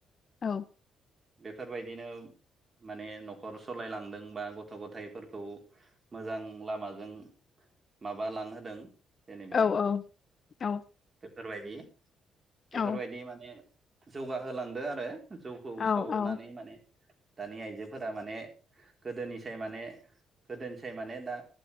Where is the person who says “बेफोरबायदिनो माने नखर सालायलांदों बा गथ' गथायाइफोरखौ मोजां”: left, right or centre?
Right